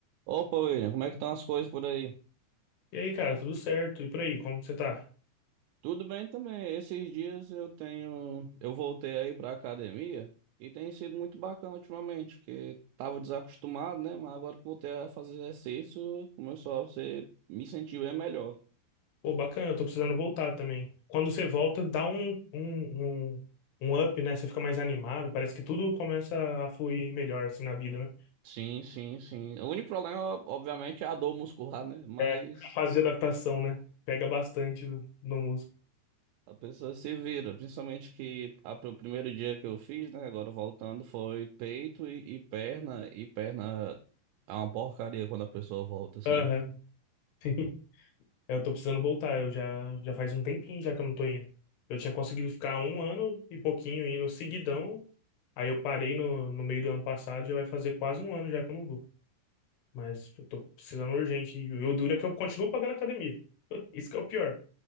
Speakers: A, on the right (about 80°); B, on the left (about 70°).
A: Opa, William, como é que estão as coisas por aí?
B: E aí, cara, tudo certo? E por aí, como que você tá?
A: Tudo bem também. Esses dias eu tenho, eu voltei aí pra academia e tem sido muito bacana ultimamente, porque tava desacostumado, né? Mas agora que voltei a fazer exercício, começou a ser, me sentir bem melhor.
B: Pô, bacana, eu tô precisando voltar também. Quando você volta, dá um, um, um, um up, né? Você fica mais animado, parece que tudo começa a fluir melhor, assim, na vida, né?
A: Sim, sim, sim. O único problema, obviamente, é a dor muscular, né? Mas
B: É, a fase de adaptação, né? Pega bastante no, no músico.
A: A pessoa se vira, principalmente que a, o primeiro dia que eu fiz, né? Agora voltando, foi peito e, e perna, e perna é uma porcaria quando a pessoa volta sempre.
B: Aham, <laughs> sim. É, Eu tô precisando voltar, eu já, já faz um tempinho já que eu não tô indo. Eu tinha conseguido ficar um ano e pouquinho indo seguidão, aí eu parei no, no meio do ano passado, já vai fazer quase um ano já que eu não vou. Mas eu tô precisando urgente. E o duro é que eu continuo pagando academia. <laughs> Isso que é o pior.